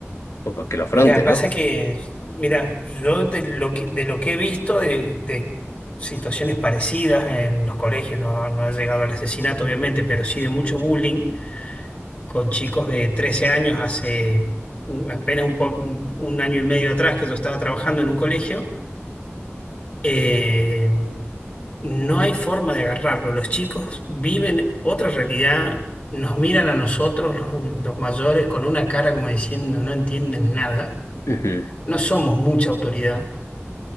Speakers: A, on the left; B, on the left.
A: o para que lo afronte,
B: mirá,
A: ¿no?
B: pasa que, mira, yo de lo que, de lo que he visto de, de situaciones parecidas en los colegios, no, no ha llegado al asesinato, obviamente, pero sí de mucho bullying con chicos de 13 años hace u- apenas un, po- un- un año y medio atrás que yo estaba trabajando en un colegio. eh, no hay forma de agarrarlo. Los chicos viven otra realidad, nos miran a nosotros, los los mayores, con una cara como diciendo no entienden nada
A: Ujú.
B: no somos mucha autoridad